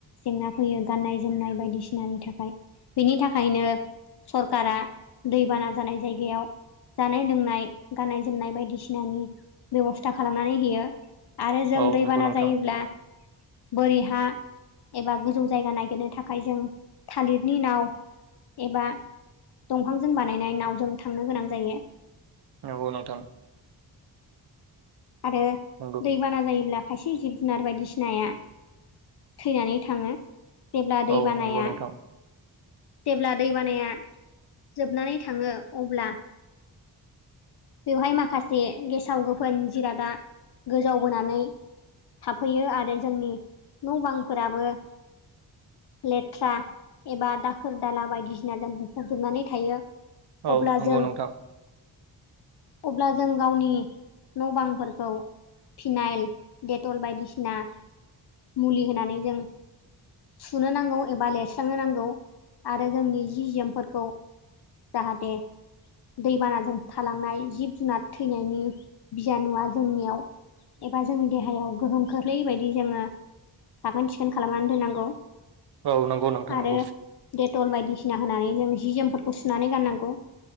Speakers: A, on the left; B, on the right.
A: जेंना फैयो गाननाय जोमनाय बायदिसिनानि थाखाय। बेनि थाखायनो। सरकारा दैबाना जानाय जायगायाव जानाय लोंनाय गाननाय जोमनाय बायदि। बायदिसिनानि बेब'स्था खालामनानै होयो आरो जों
B: औ
A: दैबाना
B: नंगौ नोंथां
A: जायोब्ला। बोरि हा एबा गोजौ जायगा नागिरनो थाखाय जों थालिरनि नाव एबा। दंफांजों बानायनाय नावजों थांनो गोनां जायो।
B: नंगौ नोंथां।
A: आरो
B: नंगौ
A: दैबाना जायोब्ला। खायसे जिब-जुनार बायदिसिनाया थैनानै थाङो। जेब्ला दै
B: औ
A: बानाया
B: नंगौ नोंथां
A: जेब्ला दैबानाया जोबनानै थांङो अब्ला बेवहाय माखासे गेसाव गोफोन जिरादा गोजावबोनानै। थाफैयो आरो जोंनि न' बांफोराबो। लेथ्रा एबा दाखोर दाला बायदिसिना जों बुंफबजोबनानै थायो
B: औ
A: अब्ला
B: नंगौ
A: जों
B: नोंथां
A: अब्ला जों गावनि न' बांफोरखौ फिनाल डेटल बायदिसिना मुलि होनानै जों सुनो नांगौ एबा लिरस्रांनो नांगौ आरो जोंनि जि जोमफोरखौ जाहाथे दैबानाजों थालांनाय जिब जुनार थैनायनि बिजानुवा जोंनियाव एबा जोंनि देहायाव गोहोमख्लै बायदि जोंङो साखोन सिखोन खालामनानै दोननांगौ
B: औ नंगौ नोंथां
A: आरो
B: नंगौ
A: डेटल बायदिसिना होनानै जों जि जोमफोरखौ सुनानै गाननांगौ